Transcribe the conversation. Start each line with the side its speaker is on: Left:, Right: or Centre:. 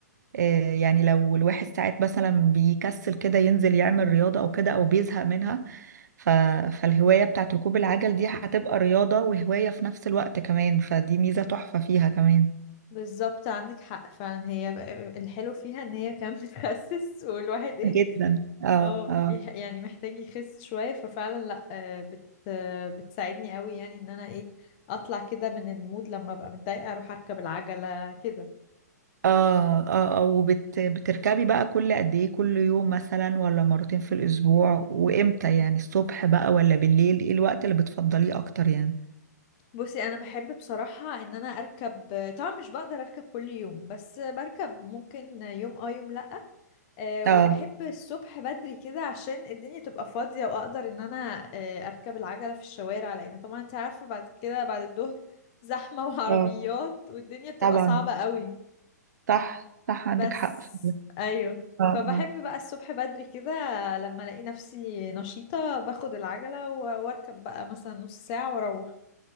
Right: آه، يعني لو الواحد ساعات مثلا بيكسل كده ينزل يعمل رياضة أو كده أو بيزهق منها ف... فالهواية بتاعت ركوب العجل دي هتبقى رياضة وهواية في نفس الوقت كمان فدي ميزة تحفة فيها كمان
Left: بالظبط عندك حق فعلا هي الحلو فيها ان هي كمان بتخسس <laughs> والواحد ايه
Right: جدا اه
Left: اه بيح-
Right: اه
Left: يعني محتاج يخس شوية ففعلا لا آه، بت آه، بتساعدني قوي يعني ان انا ايه اطلع كده من المود لما ابقى متضايقة اروح اركب العجلة كده
Right: اه اه اه وبت بتركبي بقى كل قد ايه كل يوم مثلا ولا مرتين في الأسبوع وإمتى يعني الصبح بقى ولا بالليل ايه الوقت اللي بتفضليه أكتر يعني
Left: بصي انا بحب بصراحة ان انا اركب طبعا مش بقدر اركب كل يوم بس بركب ممكن يوم اه يوم لا آه،
Right: اه
Left: وبحب الصبح بدري كده عشان الدنيا تبقى فاضية وأقدر إن أنا آه، أركب العجلة في الشوارع لأن طبعا أنت عارفة بعد كده بعد الظهر زحمة <laughs> وعربيات
Right: اه
Left: والدنيا بتبقى
Right: طبعا
Left: صعبة قوي
Right: صح صح
Left: بس
Right: عندك حق في ده.
Left: أيوه
Right: اه
Left: فبحب بقى الصبح بدري كده لما ألاقي نفسي نشيطة باخد العجلة و- وأركب بقى مثلا نص ساعة وأروح